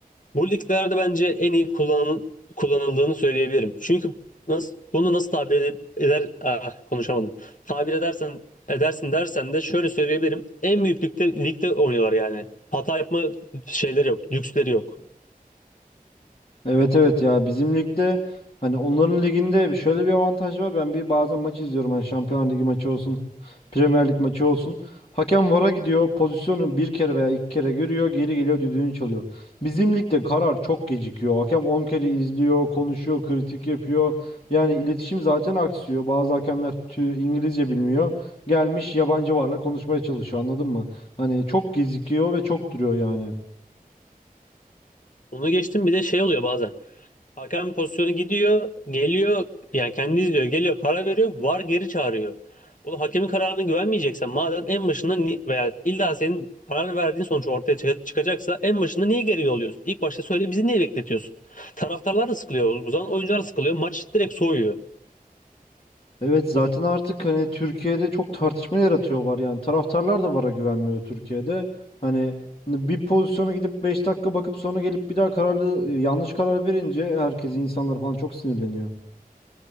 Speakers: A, on the left; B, on the left.
A: Bu liglerde bence en iyi kullanıl kullanıldığını söyleyebilirim. Çünkü nasıl, bunu nasıl tabir ed- eder ah, konuşamadım. Tabir edersen edersin dersen de şöyle söyleyebilirim. En büyük ligde, ligde oynuyorlar yani. Hata yapma şeyleri yok, lüksleri yok.
B: Evet evet ya bizim ligde hani onların liginde şöyle bir avantaj var. Ben bir bazen maç izliyorum hani Şampiyonlar Ligi maçı olsun, Premier Lig maçı olsun. Hakem VAR'a gidiyor, pozisyonu bir kere veya iki kere görüyor, geri geliyor düdüğünü çalıyor. Bizim ligde karar çok gecikiyor. Hakem 10 kere izliyor, konuşuyor, kritik yapıyor. Yani iletişim zaten aksıyor. Bazı hakemler tü- İngilizce bilmiyor. Gelmiş yabancı VAR'la konuşmaya çalışıyor anladın mı? Hani çok gecikiyor ve çok duruyor yani.
A: Onu geçtim bir de şey oluyor bazen. Hakem pozisyonu gidiyor, geliyor, yani kendi izliyor, geliyor, karar veriyor, VAR geri çağırıyor. O hakemin kararına güvenmeyeceksen madem en başında ni- veya illa senin karar verdiğin sonuç ortaya çık- çıkacaksa en başında niye geri yolluyorsun? İlk başta söyle bizi niye bekletiyorsun? Taraftarlar da sıkılıyor, o zaman oyuncular da sıkılıyor, maç direkt soğuyor.
B: Evet zaten artık hani Türkiye'de çok tartışma yaratıyor var yani taraftarlar da VAR'a güvenmiyor Türkiye'de. Hani bir pozisyona gidip 5 dakika bakıp sonra gelip bir daha kararlı e, yanlış karar verince herkes insanlar falan çok sinirleniyor.